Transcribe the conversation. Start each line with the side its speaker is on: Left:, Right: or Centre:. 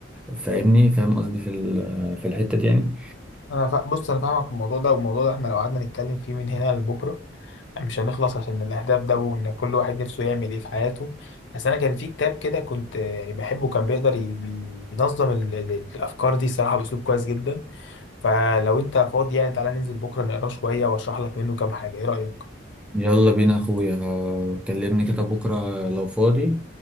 Centre: فاهمني فاهم قصدي في ال- في الحته دي يعني
Left: انا فا... بص انا فاهمك في الموضوع ده والموضوع ده احنا لو قعدنا نتكلم فيه من هنا لبكره مش هنخلص عشان الاهداف ده وان كل واحد نفسه يعمل ايه في حياته بس انا كان في كتاب كده كنت يعني بحبه كان بيقدر ي... بينظم ال... ال... الافكار دي صراحه باسلوب كويس جدا فلو انت فاضي يعني تعالى ننزل بكره نقراه شويه واشرح لك منه كام حاجه ايه رايك
Centre: يلا بينا يا اخويا كلمني كده بكره لو فاضي